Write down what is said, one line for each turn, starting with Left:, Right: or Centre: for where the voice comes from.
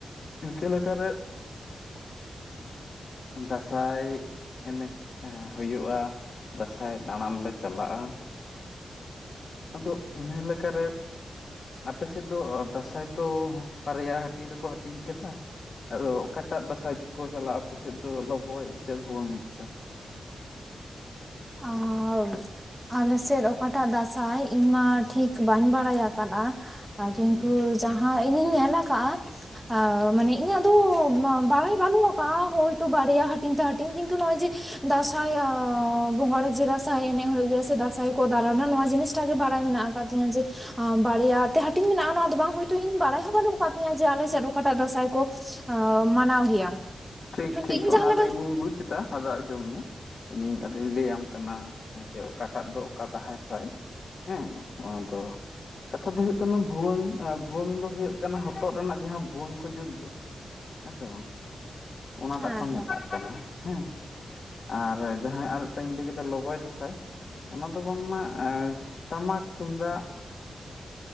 Left: ᱤᱱᱠᱟᱹ ᱞᱮᱠᱟᱨᱮ ᱫᱟᱥᱟᱸᱭ ᱮᱱᱮᱡ ᱦᱩᱭᱩᱜᱼᱟ ᱫᱟᱥᱟᱸᱭ ᱫᱟᱬᱟᱱ ᱞᱮ ᱪᱟᱞᱟᱜᱼᱟ ᱟᱫᱚ ᱤᱱᱦᱟᱹ ᱞᱮᱠᱟᱨᱮ ᱟᱯᱮ ᱥᱮᱫ ᱫᱚ ᱫᱟᱥᱟᱸᱭ ᱛᱚ ᱵᱟᱨᱭᱟ ᱦᱟᱹᱴᱤᱧ ᱨᱮᱠᱚ ᱦᱟᱹᱴᱤᱧ ᱠᱟᱫᱟ ᱟᱫᱚ ᱚᱠᱟᱴᱟᱜ ᱫᱟᱥᱟᱸᱭ ᱪᱚᱠᱚ ᱪᱟᱞᱟᱜᱼᱟ ᱟᱯᱮ ᱥᱮᱫ ᱫᱚ ᱞᱚᱵᱚᱭ ᱥᱮ ᱵᱷᱩᱣᱟᱹᱝ ᱫᱟᱥᱟᱸᱭ
Centre: ᱟᱶ ᱟᱞᱮ ᱥᱮᱫ ᱚᱠᱟᱴᱟᱜ ᱫᱟᱥᱟᱸᱭ ᱤᱧᱢᱟ ᱴᱷᱤᱠ ᱵᱟᱹᱧ ᱵᱟᱲᱟᱭ ᱟᱠᱟᱫᱼᱟ ᱟᱨ ᱠᱤᱱᱛᱩ
Left: ᱦᱮᱸ
Centre: ᱡᱟᱦᱟᱸ ᱤᱧᱤᱧ ᱧᱮᱞ ᱟᱠᱟᱜᱼᱟ ᱢᱟᱱᱮ ᱤᱧᱟᱹᱜ ᱫᱚ ᱵᱟᱲᱟᱭ ᱵᱟᱹᱱᱩᱜ ᱟᱠᱟᱜᱼᱟ ᱦᱳᱭᱛᱚ ᱵᱟᱨᱭᱟ ᱦᱟᱹᱴᱤᱧ ᱛᱮ ᱦᱟᱹᱴᱤᱧ ᱠᱤᱱᱛᱩ ᱱᱚᱜᱼᱚᱭ ᱡᱮ ᱫᱟᱥᱟᱸᱭ <unintelligible> ᱢᱚᱬᱮ ᱡᱮ ᱫᱟᱥᱟᱸᱭ ᱮᱱᱮᱡ ᱦᱩᱭᱩᱜ ᱜᱮᱭᱟ ᱥᱮ ᱫᱟᱥᱟᱸᱭ ᱠᱚ ᱫᱟᱬᱟᱱᱟ ᱱᱚᱣᱟ ᱡᱤᱱᱤᱥ ᱴᱟᱜ ᱜᱮ ᱵᱟᱲᱟᱭ ᱢᱮᱱᱟᱜ ᱟᱠᱟᱫ ᱛᱤᱧᱟᱹ ᱡᱮ ᱟᱸ ᱵᱟᱨᱭᱟ ᱛᱮ ᱦᱟᱹᱴᱤᱧ ᱢᱮᱱᱟᱜᱼᱟ ᱱᱚᱣᱟ ᱫᱚ ᱵᱟᱝ ᱦᱳᱭᱛᱳ ᱤᱧ ᱵᱟᱲᱟᱭ ᱦᱚᱸ ᱵᱟᱹᱱᱩᱜ ᱟᱠᱟᱫ ᱛᱤᱧᱟᱹ ᱡᱮ ᱟᱞᱮ ᱥᱮᱫ ᱚᱠᱟᱴᱟᱜ ᱫᱟᱥᱟᱸᱭ ᱠᱚ ᱟᱸᱻ ᱢᱟᱱᱟᱣ ᱜᱮᱭᱟ
Left: ᱴᱷᱤᱠ
Centre: ᱠᱤᱱᱛᱩ
Left: ᱴᱷᱤᱠ
Centre: ᱤᱧ
Left: ᱚᱱᱟᱫᱚ
Centre: ᱡᱟᱦᱟᱸ ᱞᱮᱠᱟ
Left: ᱤᱧᱦᱚᱸᱧ ᱵᱩᱡᱽ ᱮᱫᱟ ᱟᱫᱚ ᱟᱸᱡᱚᱢ ᱢᱮ ᱤᱧᱤᱧ ᱟᱫᱚ ᱞᱟᱹᱭᱟᱢ ᱠᱟᱱᱟ ᱡᱮ ᱚᱠᱟᱴᱟᱜ ᱫᱚ ᱚᱠᱟ ᱫᱟᱦᱟᱭ ᱥᱟᱭ ᱦᱮᱸ ᱚᱱᱟ ᱫᱚ ᱠᱟᱛᱷᱟ ᱫᱚ ᱦᱩᱭᱩᱜ ᱠᱟᱱ ᱱᱚᱣᱟ ᱵᱷᱩᱣᱟᱹᱝ ᱮ ᱵᱷᱩᱣᱟᱹᱝ ᱫᱚ ᱦᱩᱭᱩᱜ ᱠᱟᱱᱟ ᱦᱚᱛᱚᱜ ᱨᱮᱱᱟᱜ ᱡᱟᱦᱟᱸ ᱵᱷᱩᱣᱟᱹᱝ ᱠᱚ ᱡᱩᱫᱽ ᱫᱚ ᱦᱮᱸ ᱥᱮ ᱵᱟᱝ ᱚᱱᱟᱴᱟᱜ
Centre: ᱦᱮᱸ
Left: ᱠᱚ ᱢᱮᱛᱟᱜ ᱠᱟᱱᱟ ᱦᱮᱸ ᱟᱨ ᱡᱟᱦᱟᱸ ᱟᱨ ᱢᱤᱫᱴᱟᱝ ᱤᱧ ᱞᱟᱹᱭ ᱠᱮᱫᱟ ᱞᱚᱵᱚᱭ ᱫᱟᱥᱟᱸᱭ ᱚᱱᱟ ᱫᱚ ᱵᱟᱝᱢᱟ ᱮ ᱴᱟᱢᱟᱠ ᱛᱩᱢᱫᱟᱜ